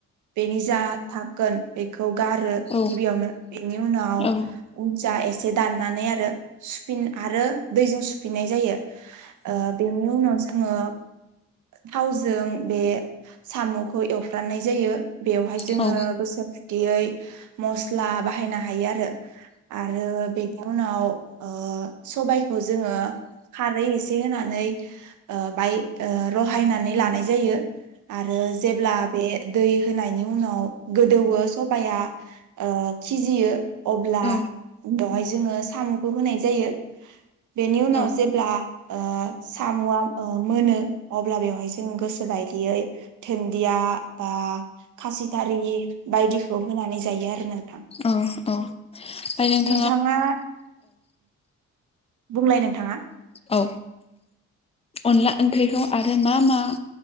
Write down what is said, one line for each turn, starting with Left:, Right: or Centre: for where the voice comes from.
Right: बेनि जा थागगोन बेखौ गारो
Left: औ
Right: गिबियावनो बेनि उनाव
Left: औ
Right: जा एसे दाननानै आरो सुफिन आरो दैजों सु फिनाय जायो ओ बेनि उनाव जोङो थावजो जों बे सामखौ एवफ्राननाय जायो। बेवहाय जोङो
Left: औ
Right: गोसो दियै मस्ला बाहायनो हायो आरो आरो बे इनि उनाव ओ सबाय खौ जोङो खारै एसे होनानै ओ बाय रहायनानै लानाय जायो। आरो जेब्ला बे दै होनायनि उनाव गोदौवो सबाया ओ खिजियो अब्ला
Left: औ
Right: बेवहाय जोङो सामखौ होनाय जायो। बेनि उनाव
Left: औ
Right: जेब्ला ओ साम'आ ओ मोनो अब्ला बेवहाय जों गोसो बायदियै धोन्दिया बा खासिथारि बायदिखौ होनानै जायो आरो नों
Left: औ औ ओमफ्राय नोंथां
Right: नोंथाङा बुंलाय नोंथाङा
Left: औ अनला ओंख्रिखौ आरो मा मा